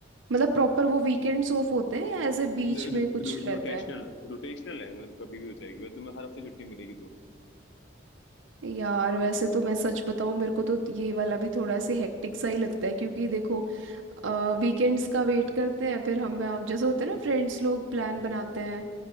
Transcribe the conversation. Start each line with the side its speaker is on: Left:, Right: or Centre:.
Right: मतलब प्रॉपर वो वीकेंड्स ऑफ होते हैं या ऐसे बीच
Left: हम्म
Right: में कुछ रहता
Left: रोटेशनल
Right: है
Left: रोटेशनल है मतलब कभी भी हो जाएगी मतलब तुम्हें हर हफ्ते छुट्टी मिलेगी तो
Right: यार वैसे तो मैं सच बताऊं मेरे को तो ये वाला भी थोड़ा सा हेक्टिक सा ही लगता है क्योंकि देखो वीकेंड्स का वेट करते हैं फिर हम आप जैसे होते हैं ना फ्रेंड्स लोग प्लान
Left: हम्म
Right: बनाते हैं